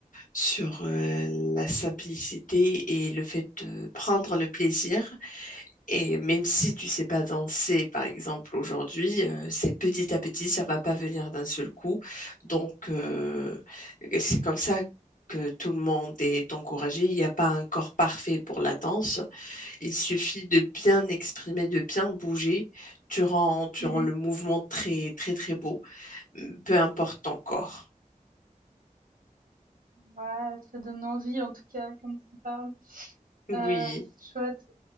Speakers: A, on the left; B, on the right.
A: sur euh, la simplicité et le fait de prendre le plaisir Et même si tu sais pas danser, par exemple, aujourd'hui, euh, c'est petit à petit, ça va pas venir d'un seul coup. Donc, euh,
B: Mmh
A: c'est comme ça que tout le monde est encouragé. Il n'y a pas un corps parfait pour la danse. Il suffit de bien exprimer, de bien bouger. Tu rends, tu
B: Mmh
A: rends le mouvement très, très, très beau, mm, peu importe ton corps.
B: Ouais, ça donne envie en tout cas, comme tu parles.
A: Oui.
B: Euh, c'est chouette.